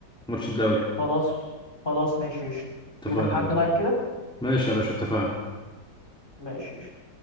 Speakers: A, in the centre; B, on the left.
A: ماتش الدوري
B: خلاص خلاص ماشي قشطه
A: اتفقنا
B: يوم الاحد
A: يا باشا
B: بقى كده
A: ماشي يا باشا اتفقنا
B: ماشي قشطه